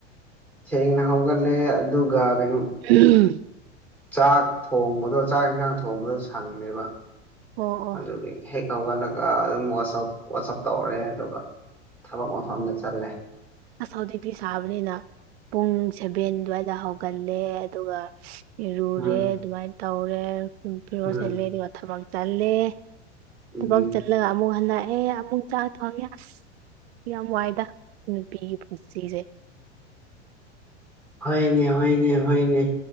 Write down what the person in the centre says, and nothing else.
ꯊꯦꯡꯅ ꯍꯧꯒꯜꯂꯦ ꯑꯗꯨꯒ ꯀꯩꯅꯣ
ꯆꯥꯛ ꯊꯣꯡꯕꯗꯣ ꯆꯥꯛ ꯏꯟꯖꯥꯡ ꯊꯣꯡꯕꯗꯣ ꯁꯪꯗꯦꯕ
ꯑꯗꯨꯒꯤ ꯍꯦꯛ ꯍꯧꯒꯠꯂꯒ ꯑꯗꯨꯝ ꯋꯥꯆꯞ ꯋꯥꯆꯞ ꯇꯧꯔꯦ ꯑꯗꯨꯒ ꯊꯕꯛ ꯃꯐꯝꯗ ꯆꯜꯂꯦ
ꯎꯝ
ꯎꯝ
ꯎꯝ
ꯍꯣꯏꯅꯦ ꯍꯣꯏꯅꯦ ꯍꯣꯏꯅꯦ